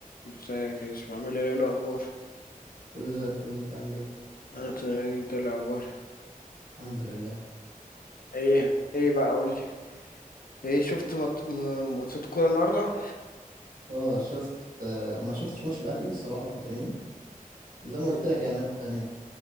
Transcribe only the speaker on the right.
كله زي الفل انت عامل ايه
الحمد لله
اه شفت آه، ما شفتش ماتش الاهلي الصراحه كنت نايم زي ما قلت
لك يعني انا كنت هنام